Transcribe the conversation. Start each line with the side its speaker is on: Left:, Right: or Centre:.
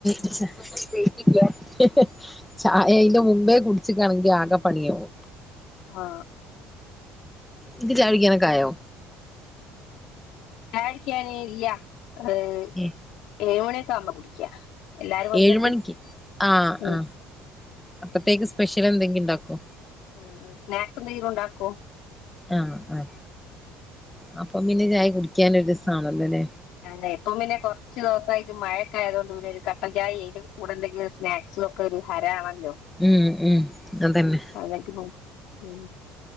Centre: ഹ് ചായ അയിന്റെ മുമ്പേ കുടിച്ക്കാണെങ്കി ആകെ പണിയാവും
Left: ആ
Centre: ഇക് ചായ കുടിക്കാനൊക്കെ ആയോ
Left: ചായട്ക്ക്യാന് ഇല്ല <unintelligible>
Centre: ഏഹ്
Left: ക്കവുമ്പ കുടിക്ക എല്ലാരും വന്നിട്ട്
Centre: ഏഴ് മണിക്ക് ആ
Left: ഉം
Centre: ആ അപ്പത്തേക്ക് സ്പെഷ്യൽ എന്തെങ്കി ഇണ്ടാക്കോ
Left: ഉംഉം സ്നാക്സ് എന്തെങ്കിലും ഉണ്ടാക്കോ
Centre: ആ ആ ആ പ്പം പിന്നെ ചായ കുടിക്കാനൊരു രസാണല്ലോ ലേ
Left: അതെ ഇപ്പം പിന്നെ കൊർച്ച് ദിവസായിട്ട് മഴക്കായതോണ്ട് പിന്നെ ഒരു കട്ടൻചായ അയ്ന്റെ കൂടെണ്ടെങ്കിൽ ഒരു സ്നാക്സും ഒക്കെ ഒരു ഹരാണല്ലോ
Centre: ഉം ഉം അതന്നെ
Left: അല്ലെങ്കിലും ഉം